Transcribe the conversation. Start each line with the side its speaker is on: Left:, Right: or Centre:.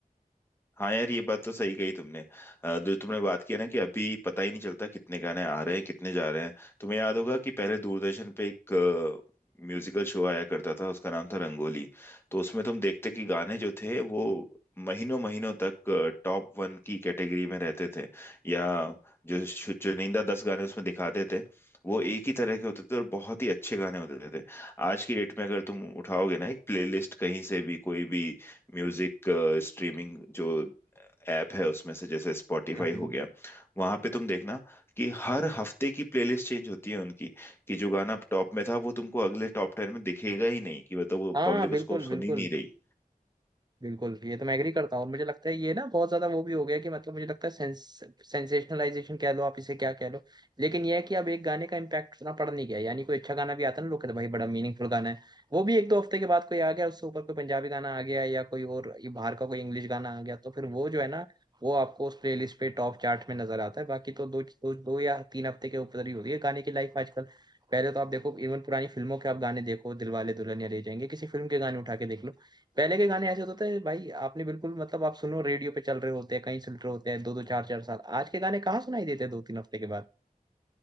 Left: हाँ यार ये बात तो सही कही तुमने अ, जो तुमने बात की है ना कि अभी पता ही नहीं चलता कितने गाने आ रहे हैं कितने जा रहे हैं तुम्हें याद होगा कि पहले दूरदर्शन पे एक म्यूजिकल शो आया करता था उसका नाम था रंगोली तो उसमें तुम देखते कि गाने जो थे वो महीनों महीनों तक टॉप वन की कैटेगरी में रहते थे या जो शु- चुनिंदा दस गाने उसमें दिखाते थे वो एक ही तरह के होते थे और बहुत ही अच्छे गाने होते थे आज की डेट में अगर तुम उठाओगे ना एक प्लेलिस्ट कहीं से भी कोई भी म्यूजिक स्ट्रीमिंग जो ऐप है उसमें से जैसे स्पॉटिफाई
Right: हम्म
Left: हो गया वहां पे तुम देखना कि हर हफ्ते की प्लेलिस्ट चेंज होती है उनकी कि जो गाना टॉप में था वो तुमको अगले टॉप टेन में दिखेगा ही नहीं कि मतलब वो
Right: हाँ
Left: पब्लिक
Right: बिल्कुल
Left: उसको अब
Right: बिल्कुल
Left: सुन ही नहीं रही
Right: बिल्कुल ये तो मैं एग्री करता हूँ और मुझे लगता है ये ना बहुत ज्यादा वो भी हो गया कि मतलब मुझे लगता है सेंस सेंसेशनलाइजेशन कह लो आप इसे क्या कह लो लेकिन ये है कि अब एक गाने का इम्पैक्ट उतना पड़ नहीं गया यानी कोई अच्छा गाना भी आता है ना लोग कहते हैं, भाई बड़ा मीनिंगफुल गाना है वो भी एक दो हफ्ते के बाद कोई आ गया उससे ऊपर कोई पंजाबी गाना आ गया या कोई और ये बाहर का कोई इंग्लिश गाना आ गया तो फिर वो जो है ना वो आपको उस प्लेलिस्ट पे टॉप चार्ट में नजर आता है बाकी तो दो दो, दो या तीन हफ्ते के ऊपर ही होती है गाने की लाइफ आजकल पहले तो आप देखो इवन पुरानी फिल्मों के आप गाने देखो दिलवाले दुल्हनिया ले जाएंगे किसी फिल्म के गाने उठा के देख लो पहले के गाने ऐसे होते थे भाई आपने बिल्कुल मतलब आप सुनो रेडियो पे चल रहे होते हैं कहीं सुन रहे होते हैं दो दो चार चार साल आज के गाने कहाँ सुनाई देते हैं दो तीन हफ्ते के बाद